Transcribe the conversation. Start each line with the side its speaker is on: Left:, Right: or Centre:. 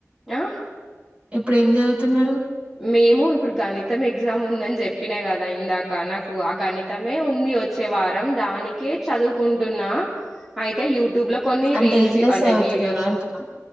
Centre: ఆ
Right: ఇప్పుడు ఏం చదువుతున్నారు
Centre: మేము ఇప్పుడు గణితం ఎగ్జామ్ ఉందని చెప్పినా కదా ఇందాక నాకు ఆ గణితమే ఉంద్ కి వచ్చే వారం దానికే చదువుకుంటున్న అయితే యూ ట్యూబ్ లో కొన్ని
Right: అంటే
Centre: రీల్స్
Right: ఏ క్లాస్
Centre: అంటే
Right: చదువుతున్నారు
Centre: వీడియోస్
Right: అంటున్నా?